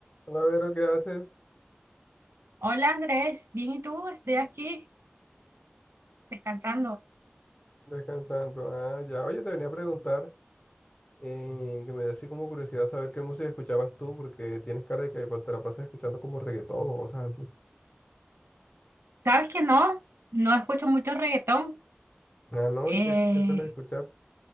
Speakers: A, on the left (about 30°); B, on the right (about 80°).
A: Hola, Vero, ¿qué haces?
B: Hola Andrés, bien y tú, estoy aquí descansando.
A: Descansando. Ah, ya. Oye, te venía a preguntar, eh, que me da así como curiosidad saber qué música escuchabas tú, porque tienes cara de que pues, te la pasas escuchando como reggaetón o cosas así.
B: ¿Sabes que no? No escucho mucho reggaetón.
A: Ah, ¿no?
B: Eh,
A: ¿Y qué, qué sueles escuchar?